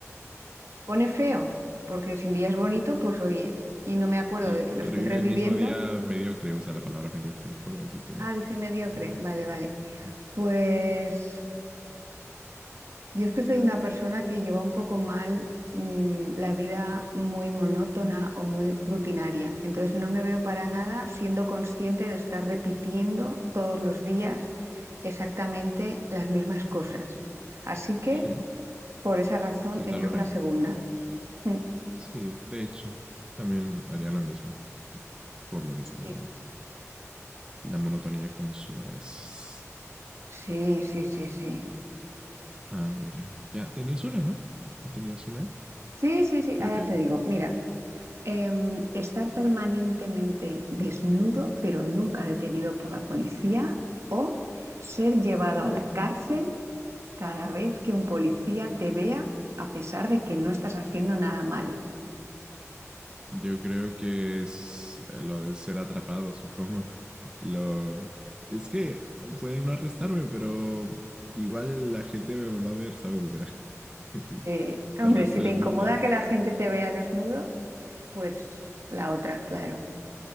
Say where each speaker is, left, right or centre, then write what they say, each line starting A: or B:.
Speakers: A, on the right; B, on the right.
A: Pone feo, porque si el día es bonito, pues oye, y no me acuerdo
B: El-
A: de que lo
B: revivir
A: estoy reviviendo.
B: el mismo día mediocre, usa la palabra mediocre el juego, así que...
A: Ah, dice mediocre.
B: ya de-
A: Vale, vale.
B: ah,
A: Pues Yo es que soy una persona que lleva un poco mal mm, la vida muy monótona o muy rutinaria. Entonces no me veo para nada siendo consciente de estar repitiendo todos los días exactamente las mismas cosas. Así que
B: sí,
A: por esa razón
B: saltar
A: elijo
B: un año.
A: la segunda. Mm.
B: Sí, de hecho, también haría lo mismo. Por lo mismo
A: Sí.
B: también.
A: <laughs>
B: La monotonía consume a veces.
A: Sí, sí, sí, sí.
B: Ah, mira. Ya, tenías una, ¿no? ¿Tenías una?
A: Sí, sí, sí,
B: Creo
A: ah,
B: que
A: ya
B: ahí.
A: te digo. Mira. Em, estar permanentemente desnudo, pero nunca detenido por la policía, o ser llevado
B: Ok.
A: a la cárcel cada vez que un policía te vea, a pesar de que no estás haciendo nada malo.
B: Yo creo que es eh, lo de ser atrapado, supongo. <laughs> Lo... Es que pueden no arrestarme, pero igual la gente me va a ver, ¿sabes? O sea, <laughs> el
A: Eh, hombre,
B: resto
A: si te
B: del
A: incomoda
B: mundo.
A: que la gente te vea desnudo, pues la otra, claro.